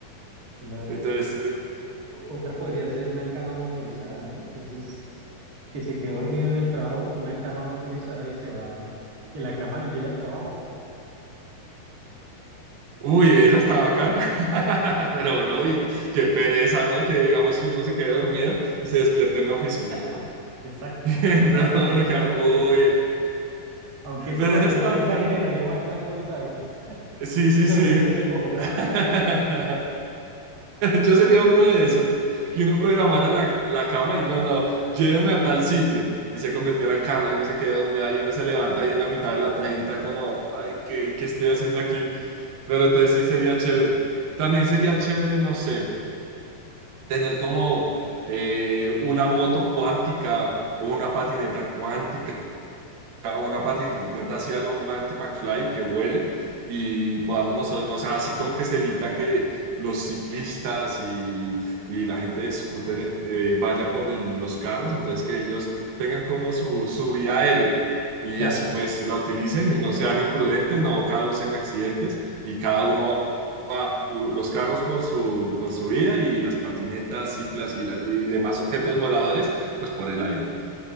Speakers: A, on the right (about 35°); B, on the right (about 80°).
A: Claro,
B: Entonces,
A: pues
B: eh,
A: o- otra podría ser una cama motorizada, ¿no? Entonces, que se quedó dormido en el trabajo, una cama motorizada y se va, que la cama lo lleve al trabajo.
B: uy, esa está bacana. <laughs> Pero no, y qué pereza, ¿no? Que digamos que uno se quede dormido y se despierte en la oficina.
A: <laughs> Exacto,
B: <laughs>
A: que la cama
B: No,
A: lo lleve
B: uno queda,
A: cuando uno
B: uy.
A: llegó ya. Aunque esa,
B: Pero
A: bueno,
B: esa está
A: esa
B: bacana.
A: generaría más trancones a veces. <laughs>
B: Sí,
A: Muchos
B: sí,
A: dormidos
B: sí.
A: en Bogotá,
B: <laughs>
A: mucha gente. que-
B: Yo sería uno de esos. Que uno programara la, la cama y no, no, lléveme a tal sitio. Y se convirtiera en carro y uno se queda dormido ahí, uno se levanta ahí en la mitad de la 30 como, ay, ¿qué, qué estoy haciendo aquí? Pero entonces sí sería chévere. También sería chévere, no sé tener como eh, una moto cuántica o una patineta cuántica a una patineta así a lo Marty McFly que vuele y podamos nosotros, o sea, así como que se evita que los ciclistas y, y la gente de scooters eh, vaya por el- los carros, entonces que ellos tengan como su, su vía aérea y
A: <laughs> Claro,
B: así pues la utilicen y no sean imprudentes, no causen accidentes y cada uno va, u- los carros por su, por su vía y las patinetas, ciclas y, la- y demás objetos voladores pues por el aire.